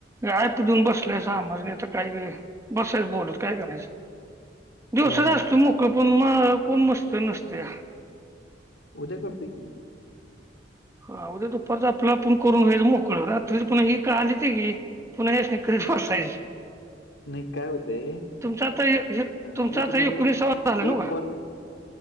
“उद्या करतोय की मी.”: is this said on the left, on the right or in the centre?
Left